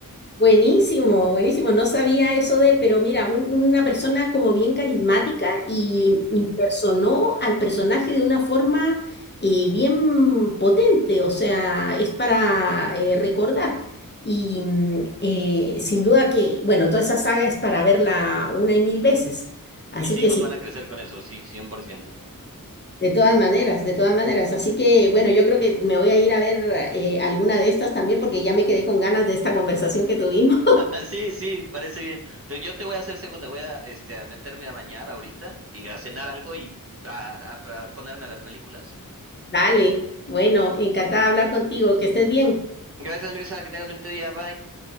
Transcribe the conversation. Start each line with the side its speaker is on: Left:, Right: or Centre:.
Left: Buenísimo, buenísimo. No sabía eso de él, pero mira, un- una persona como bien carismática y
Right: Sí.
Left: impersonó al personaje de una forma eh, bien potente, o sea, es para eh, recordar. Y mm, eh, sin duda que, bueno, toda esa saga es para verla una y mil veces.
Right: Mis
Left: Así
Right: hijos
Left: que sí,
Right: van a crecer con eso, sí, 100%.
Left: de todas maneras, de todas maneras. Así que, bueno, yo creo que me voy a ir a ver eh, alguna de estas también porque ya me quedé con ganas de esta conversación que tuvimos.
Right: <laughs> Sí, sí, parece bien. Te- Yo te voy a hacer segunda, voy a, este, a meterme a bañar ahorita y a cenar algo y a, a- a ponerme a ver películas.
Left: Dale. Bueno, encantada de hablar contigo. Que estés bien.
Right: Gracias, Mirza, que tengas bonito día, bye.